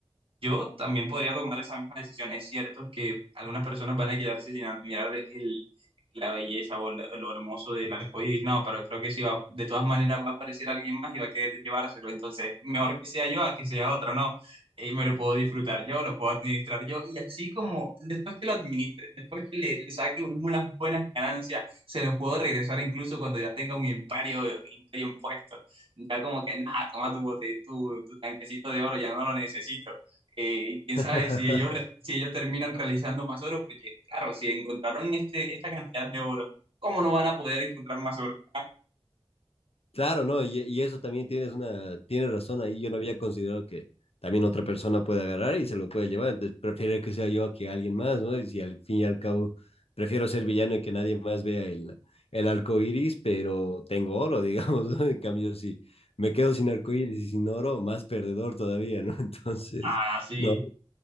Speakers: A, on the right; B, on the left.
A: Yo también podría tomar esa misma decisión. Es cierto que algunas personas van a quedarse sin admirar el, la belleza o lo, lo hermoso del arco iris. No, pero creo que si va, de todas maneras va a aparecer alguien más y va a querer llevárselo. Entonces, mejor que sea yo a que sea otro, ¿no? Y me lo puedo disfrutar yo, lo puedo administrar yo. Y así como después que lo administre, después que le, le saque unas buenas ganancias, se lo puedo regresar incluso cuando ya tenga un imperio, imperio impuesto. Ya como que, nada, toma tu bote, tu, tu tanquecito de oro, ya no lo necesito. Eh, quién
B: <laughs>
A: sabe si ellos, re- si ellos terminan realizando más oro, porque claro, si encontraron este, esta cantidad de oro, ¿cómo no van a poder encontrar más oro? Ah,
B: Claro, no, y, y eso también tienes una, tienes razón ahí. Yo no había considerado que también otra persona puede agarrar y se lo puede llevar. Entonces prefiero que sea yo a que alguien más, ¿no? Y si al fin y al cabo prefiero ser villano y que nadie más vea el, el arco iris, pero tengo oro, <laughs> digamos, ¿no? En cambio, si me quedo sin arco iris y sin oro, más perdedor todavía, ¿no? <laughs> Entonces,
A: Ah, sí.
B: no.